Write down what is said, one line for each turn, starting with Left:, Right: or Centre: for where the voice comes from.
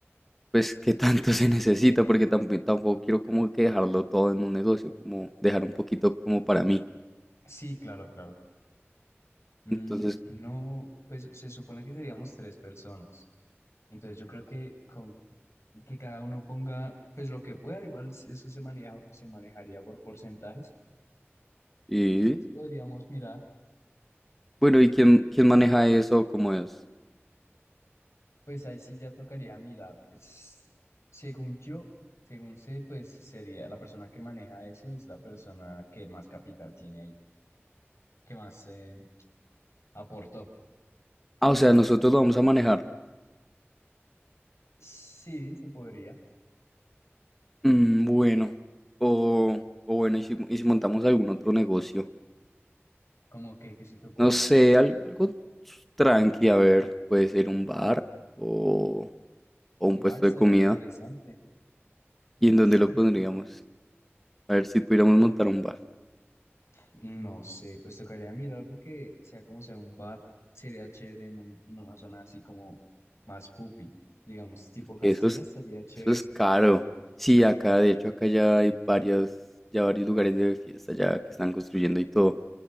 Centre: pues, qué tanto <laughs> se necesita, porque tampoco, tampoco quiero como que dejarlo todo en un negocio, como dejar un poquito como para mí.
Left: sí, claro, claro. Mm,
Centre: Entonces,
Left: no, pues se supone que seríamos tres personas. Entonces yo creo que con que cada uno ponga pues lo que pueda, igual eso se maneja, se manejaría por porcentajes
Centre: sí.
Left: y podríamos mirar,
Centre: Bueno, ¿y quién, quién maneja eso? ¿Cómo es?
Left: pues ahí sí ya tocaría mirar. Es- Según yo, según sé, pues sería la persona que maneja eso es la persona que más capital tiene ahí, que más eh, aportó.
Centre: Ah, o sea, nosotros lo vamos a manejar.
Left: Sí, se podría.
Centre: Mm, bueno. O, o bueno, ¿y si, y si montamos algún otro negocio?
Left: Como que, ¿qué se te ocurre?
Centre: No sé, al- algo, tranqui, a ver, puede ser un bar o, o un
Left: Un
Centre: puesto
Left: bar estaría
Centre: de comida.
Left: interesante.
Centre: ¿Y en dónde
Left: Sí.
Centre: lo pondríamos? A ver si pudiéramos montar un bar.
Left: No sé, pues tocaría mirar porque sea como sea un bar, sería chévere en, un- en una zona así como más pupi, digamos, tipo Castilla
Centre: Eso es,
Left: estaría chévere.
Centre: eso es caro. Sí, acá, de hecho, acá ya hay varios, ya varios lugares de fiesta ya que están construyendo y todo,